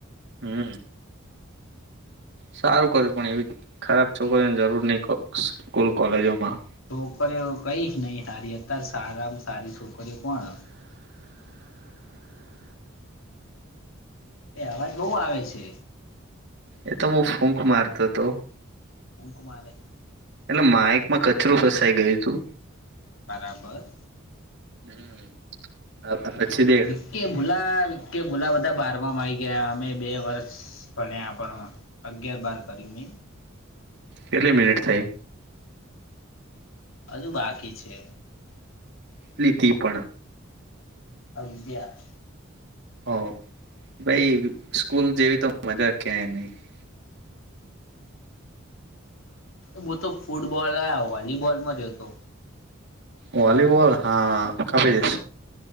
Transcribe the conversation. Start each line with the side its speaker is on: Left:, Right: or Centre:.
Right: હમ સારું કર્યું પણ એવી ખરાબ છોકરીઓની જરૂર નહી સ્કૂલ કોલેજોમાં
Left: છોકરીઓ કઈ નહી હારી અતાર સારામાં સારી છોકરીઓ કોણ એ અવાજ બહુ આવે છે.
Right: એતો હું ફૂંક મારતો હતો,
Left: ફુક મારે,
Right: એટલે માઇકમાં કચરું ફસાઈ ગયું હતું.
Left: બરાબર
Right: હ પછીદે.
Left: વિકેભૂલા વિકેભૂલા બધા બારમાં મા આવી, અમે બે વર્ષ ભણા પણે અગિયાર બાર કરીમેં,
Right: કેટલી મિનિટ થઈ,
Left: હજુ બાકી છે,
Right: કેટલી છે ઈ મતલબ
Left: અગીયાર
Right: હવ ભાઈ સ્કૂલ જેવીતો મજા ક્યાંય નહીં ‌.
Left: મુ તો ફૂટબોલ આ વોલીબોલમાં રહેહતો.
Right: વોલીબોલ હા કાપી દ ઈશ.